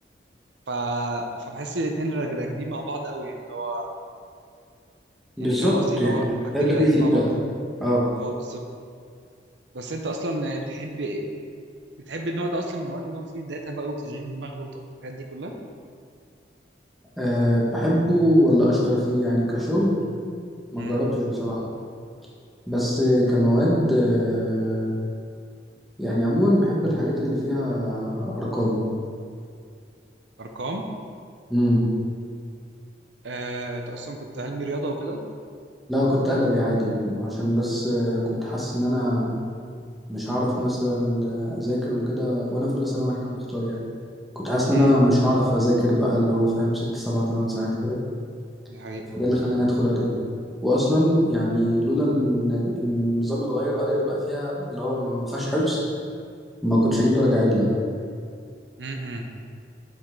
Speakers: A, on the right; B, in the centre.
A: ف... فبحس الاتنين راكبين مع بعض قوي يعني اللي هو يعني
B: بالظبط
A: فاهم قصدي اللي
B: يعني
A: هو حاجتين
B: ده ده
A: لايقين
B: بيفيد
A: مع بعض
B: ده اه
A: اه بالظبط بس انت اصلا يعني بتحب بتحب النوع ده اصلا من المواد اللي هو فيه داتا بقى وتشغيل دماغ والحاجات دي كلها
B: أه بحبه ولا أشطر فيه يعني كشغل ما
A: امم
B: جربتش بصراحة بس كمواد آه، يعني عموما بحب الحاجات اللي فيها ارقام
A: ارقام
B: امم
A: آه، انت اصلا كنت علمي رياضه وكده
B: لا كنت ادبي عادي عشان بس آه، كنت حاسس ان انا مش هعرف مثلا آه، اذاكر وكده وانا في اولى ثانوي واحنا بنختار يعني كنت حاسس
A: امم
B: ان انا مش هعرف اذاكر بقى اللي هو فاهم ست سبع تمن ساعات كده
A: دي حقيقه
B: فده اللي خلاني ادخل ادبي واصلا يعني لولا ان إن النظام اتغير وادبي بقى فيها اللي هو ما فيهاش حفظ ما كنتش هجيب درجه عدله
A: امم